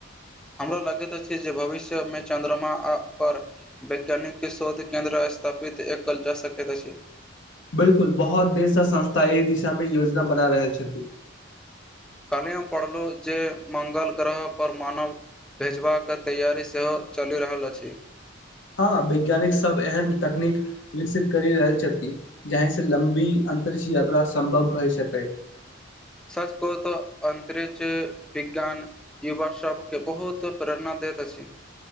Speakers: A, in the centre; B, on the left.
A: हमरा लगैत अछि जे भविष्यमे चन्द्रमा आ पर वैज्ञानिक शोध केंन्द्र स्थापित ए कल जा सकैत अछि
B: बिलकुल बहुत देरस संस्था एहि दिशा मे योजना बना रहल छथि
A: कैले हम पढ़लहुँ जे मंगल ग्रहपर मानव भेजबाक तैयारि सेहो चलि रहल अछि
B: हँ वैज्ञानिक सब एहन तकनीक विकसित करि रहल छथि जाहि से लम्बी अन्तरिक्ष यात्रा संभव भइ सकै
A: सच कहु त अन्तरिछ बिज्ञान युवा सब के बहुत प्रेरणा दैत अछि